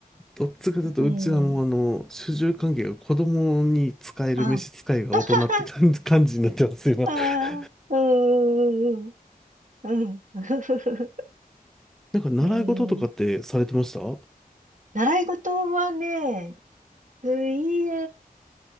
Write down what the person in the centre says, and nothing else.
どっちかというと、
うちはもうあの、主従関係が子供に使える召使いが大人って感じ、
感じになってますよ、今。
<laughs>
なんか習い事とかってされてましたは